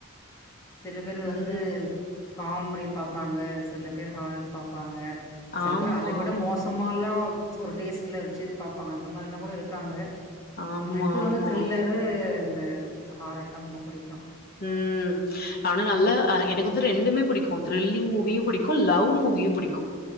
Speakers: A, on the left; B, on the left.
A: சில பேரு வந்து
B: ம்.
A: காமெடி பாப்பாங்க சில பேரு ஹாரரு பாப்பாங்க சில
B: ஆமா.
A: பேரு அதை விட மோசமால்லா ஒரு டேஸ்ட்ல வெச்சு பாப்பாங்க அந்த மாரில்லா கூட இருக்காங்க
B: ஆமா,
A: எனக்கு
B: ஆமா.
A: வந்து த்ரில்லரு இந்த இந்த ஹாரர்தா ரொம்ப புடிக்கு
B: ம் ஆனா நல்லா அ என க்கு வந்து ரெண்டுமே பிடிக்கு த்ரில்லிங் மூவியு பிடிக்கு லவ் மூவியு பிடிக்கு